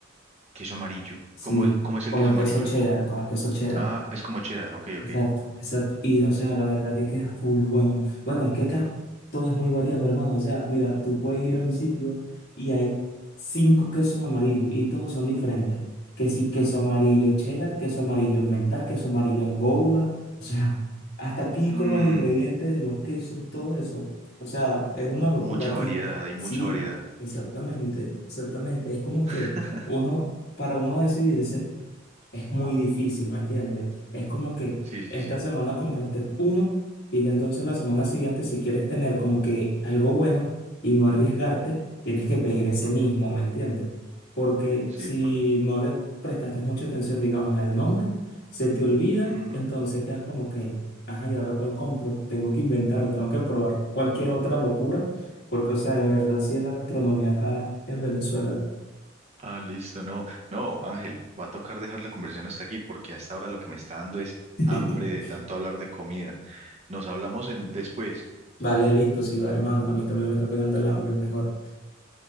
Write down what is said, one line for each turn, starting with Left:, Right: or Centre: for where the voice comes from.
Right: Queso amarillo.
Left: Sí,
Right: ¿Cómo, cómo es el
Left: como
Right: queso
Left: el
Right: amarillo?
Left: queso cheddar, como el queso cheddar.
Right: Ah, es como cheddar, ok,
Left: Exacto,
Right: ok.
Left: exacto. Y o sea, la verdad que, que es full bueno. Bueno, es que acá todo es muy variado, hermano. O sea, mira, tú puedes ir a un sitio y hay cinco quesos amarillos y todos son diferentes. Que sí, queso amarillo cheddar, queso amarillo emmental, queso amarillo gouda. O sea, hasta aquí
Right: Mm,
Left: con los ingredientes de los quesos, todo eso. O sea, es una locura
Right: mucha
Left: aquí.
Right: variedad, hay mucha
Left: Sí,
Right: variedad.
Left: exactamente, exactamente. Es como
Right: <laughs>
Left: que uno, para uno decidirse es muy difícil, ¿me entiendes? Es como que
Right: Sí,
Left: esta
Right: sí, sí.
Left: semana compraste uno y ya entonces la semana siguiente, si quieres tener como que algo bueno y no arriesgarte, tienes que pedir ese
Right: Ujú,
Left: mismo, ¿me entiendes? Porque
Right: Sí,
Left: si
Right: por...
Left: no le prestaste mucha atención, digamos, al nombre, se te olvida,
Right: ujú.
Left: entonces quedas como que, ajá, ¿y ahora cuál compro? Tengo que inventar, tengo que probar cualquier otra locura, porque, o sea, de verdad, sí es la gastronomía acá en Venezuela.
Right: Ah, listo, no. No, Ángel, va a tocar dejar la conversación hasta aquí porque hasta ahora lo que me está dando es
Left: <laughs>
Right: hambre de tanto hablar de comida. Nos hablamos en... después.
Left: Vale, listo, sí, va, hermano. A mí también me está pegando el hambre, mejor.